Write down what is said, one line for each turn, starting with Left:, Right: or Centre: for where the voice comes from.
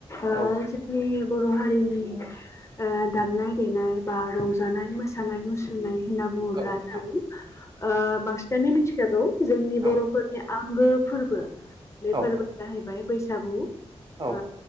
Left: ओ
Right: औ
Left: जोंनि बर' हारिनि ओ दामनाय देनाय बा रंजानाय मोसानाय मुसुरनाय होनना बुङोब्ला
Right: औ नोंथां
Left: जों ओ बांसिनानो मिथिखागौ जोंनि बर'फोरनि
Right: औ
Left: आंगो फोरबो बे
Right: औ
Left: फोरबोआ जाहैबाय बैसागु
Right: औ
Left: ओ